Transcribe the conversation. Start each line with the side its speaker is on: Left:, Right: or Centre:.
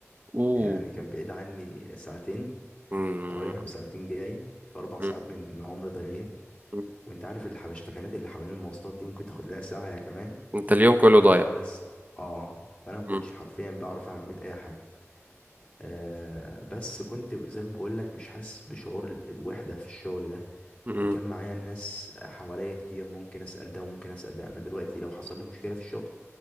Right: اوه
Left: يعني كان بعيد عني ساعتين
Right: امم
Left: رايح وساعتين جاي في اربع ساعات
Right: أمم،
Left: من من عمري ضايعين
Right: أمم.
Left: وانت عارف الحبشتكنات اللي حوالين المواصلات دي ممكن تاخد لها ساعة يا كمان
Right: انت اليوم كله ضايع
Left: خمس اه فانا ما كنتش
Right: امم
Left: حرفيا بعرف اعمل اي حاجه آه بس كنت زي ما بقول لك مش حاسس بشعور ال- الوحده في الشغل ده
Right: أمم،
Left: وكان معايا ناس حواليا كتير ممكن اسال ده وممكن اسال ده انا دلوقتي لو حصل لي مشكله في الشغل